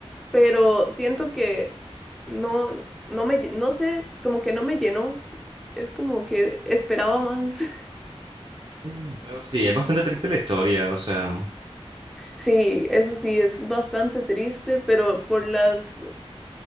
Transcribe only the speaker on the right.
Mm. Pero sí, es bastante triste la historia, o sea.